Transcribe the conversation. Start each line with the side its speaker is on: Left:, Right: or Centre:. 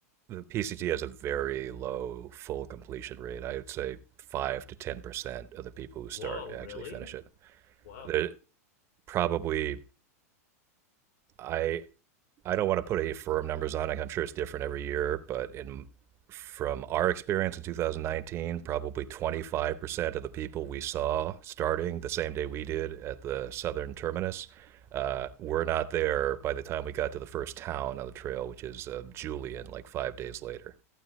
Right: The PCT has a very low full completion rate. I would say five to ten percent of the people who start
Left: Whoa,
Right: actually
Left: really?
Right: finish it.
Left: Whoa.
Right: There probably I I don't want to put any firm numbers on it. I'm sure it's different every year, but in from our experience in 2019, probably 25% of the people we saw starting the same day we did at the southern terminus uh, were not there by the time we got to the first town on the trail, which is uh, Julian, like five days later.